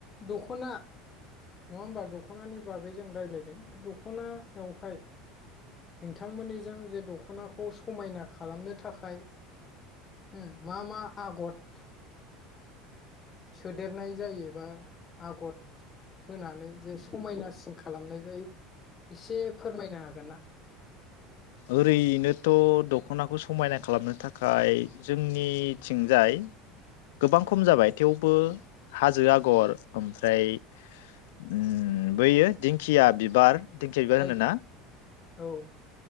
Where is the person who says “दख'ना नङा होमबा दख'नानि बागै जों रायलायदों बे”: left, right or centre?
Left